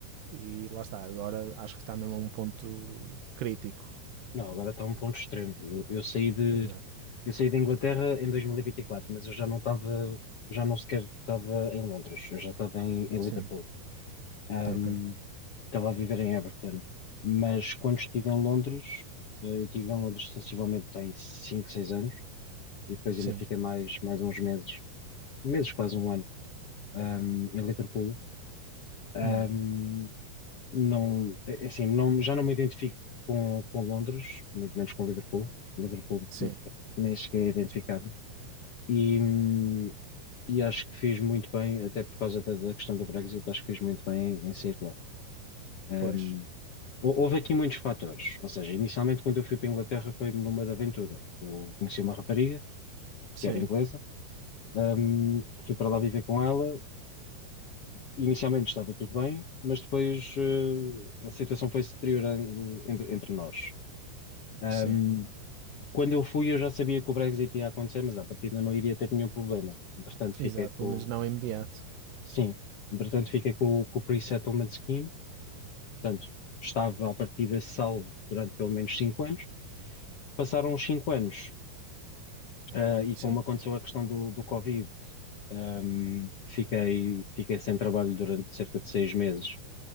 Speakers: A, on the right (about 80°); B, on the left (about 55°).
A: e lá está, agora acho que está mesmo a um ponto crítico.
B: Não, agora está um ponto extremo. Eu, eu saí de,
A: Exato.
B: eu saí da Inglaterra em 2024, mas eu já não estava, já não sequer estava em Londres, eu já estava em, em
A: Sim.
B: Liverpool. Ahm,
A: Ok.
B: estava a viver em Everton, mas quando estive em Londres, eh, eu estive em Londres sensivelmente há 5 6 anos. e depois
A: Sim.
B: ainda fiquei mais, mais uns meses, meses quase um ano, ahm, em Liverpool. Ahm,
A: Hum.
B: não, é- assim, não, já não me identifico com, com Londres, muito menos com Liverpool. Liverpool
A: Sim.
B: nem cheguei a identificar-me. E, hum, e acho que fiz muito bem, até por causa da, da questão do Brexit, acho que fiz muito bem em, em sair lá. Ahm,
A: Pois.
B: hou- houve aqui muitos fatores, ou seja, inicialmente quando eu fui para a Inglaterra foi numa de aventura. Eu conheci uma rapariga
A: Sim.
B: que era inglesa, Um, fui para lá viver com ela. Inicialmente estava tudo bem, mas depois eh, a situação foi se deteriorando entre, entre nós. Um,
A: Sim.
B: quando eu fui, eu já sabia que o Brexit ia acontecer, mas à partida não iria ter nenhum problema. Entretanto,
A: Exato.
B: fiquei
A: Pelo
B: com,
A: menos não imediato.
B: sim, entretanto, fiquei com, com o Pre-Settlement Scheme, portanto, estava à partida salvo durante pelo menos cinco anos. Passaram os cinco anos, Ah, e
A: Sim.
B: como aconteceu a questão do, do Covid, ahm, fiquei, fiquei sem trabalho durante cerca de seis meses